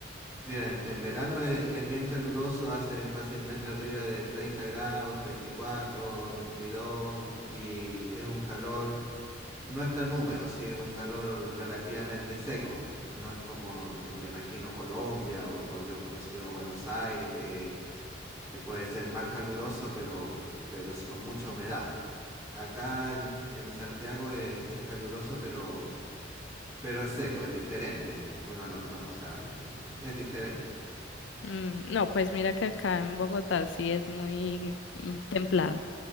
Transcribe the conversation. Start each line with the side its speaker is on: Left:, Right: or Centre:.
Right: miren, en verano es, es bien caluroso, hacen fácilmente arriba de 30 grados, 34, 32 y dos, y es un calor... No es tan húmedo, sí, es un calor relativamente seco. No es como, yo me imagino, Colombia o, o yo he conocido Buenos Aires, que, que puede ser más caluroso, pero, pero es con mucha humedad. Acá en, en Santiago es, es caluroso, pero, pero es seco, es diferente. Uno no, no o sea, es diferente.
Left: Mm, no, pues mira que acá en Bogotá sí es muy mm, templado.